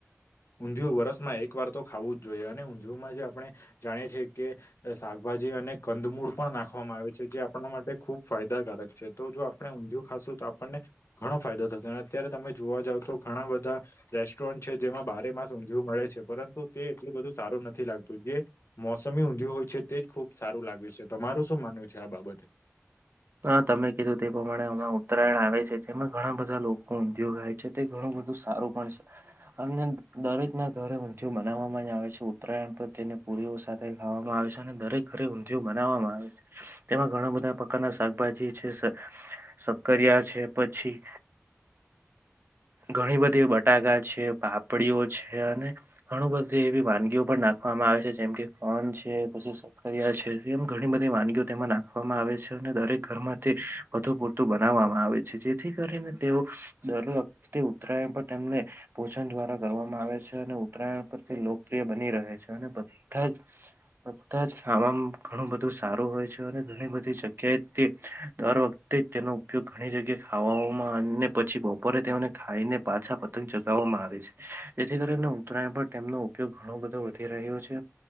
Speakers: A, on the left; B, on the right.
A: ઊંધયું વરસમાં એક વાર તો ખાવું જ જોઈએ અને ઊંધિયુંમાં જે આપણે જાણીએ છીએ કે શાકભાજી અને કંદમૂળ પણ નાખવામાં આવે છે, જે આપણા માટે ખુબ ફાયદાકારક છે, તો જો આપણે ઊંધિયું ખાશું તો આપણને ઘણો ફાયદો થશે અને અત્યારે તમે જોવા જાવ તો ઘણા બધા રેસ્ટોરન્ટ છે, જેમાં બારે માસ ઊંધિયું મળે છે, પરંતુ તે એટલું બધું સારું નથી લાગ તો જે મોસમી ઊંધિયું હોય છે, તે જ ખુબ સારું લાગે છે, તમારું શું માનવું છે આ બાબતે?
B: હા તમે કીધું તે પ્રમાણે હમણાં ઉત્તરાયણ આવે છે, જેમાં ઘણા બધા લોકો ઊંધિયું ખાય છે. તે ઘણું બધું સારું પણ છે. અને દરેક ના ઘરે ઊંધિયું મનાવામાં જ આવે છે, ઉત્તરાયણ પર તેને પુરીઓ સાથે ખાવામાં આવે છે, અને દરેક ઘરે ઊંધિયું બનાવવામાં આવે છે, તેમાં ઘણા બધા કાના શાકભાજી છે, શક્કરિયા છે, પછી ઘણી બધી બટાકા છે, પાપડીઓ છે, અને ઘણું બધુ એવી વાનગીઓ પણ નાખવામાં આવે છે, જેમ કે કોન છે, પછી કર્યા છે એમ ઘણી બધી વાનગીઓ તેમાં નાખવામાં આવે છે, અને દરેક ઘરમાં તે વધુ પૂરતું બનાવવામાં આવે છે, જેથી કરીને તેઓ દર વખતે ઉત્તરાયણ પર તેમને ભોજન દ્વારા કરવામાં આવે છે, અને ઉત્તરાયણ પર તે લોકપ્રિય બની રહે છે, અને બધા જ બધા જ ખાવામાં ઘણું બધું સારું હોય છે, અને ઘણી બધી કે તે દર વખતે તેનો ઉપયોગ ઘણી જગ્યાએ ખાવામાં અને પછી બપોરે તેમને ખાઈને પાછા પતંગ ચગાવવામાં આવે છે, જેથી કરીને ઉતરાયણ પર તેમનો ઉપયોગ ઘણો બધો થય રહ્યો છે,